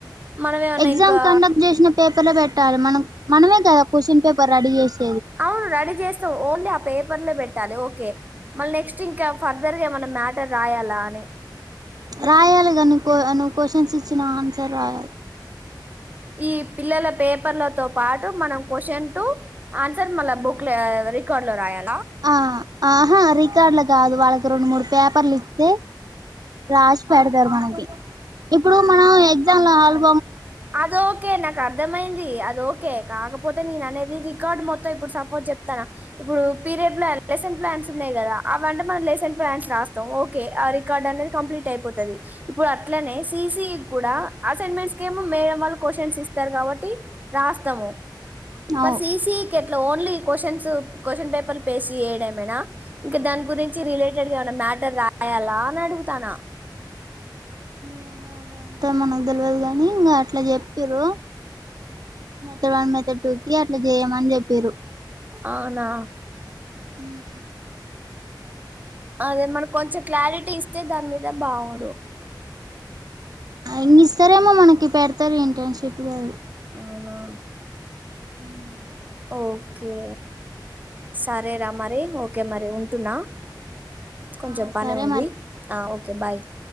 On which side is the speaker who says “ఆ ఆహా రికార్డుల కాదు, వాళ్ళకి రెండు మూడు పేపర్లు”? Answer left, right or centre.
Right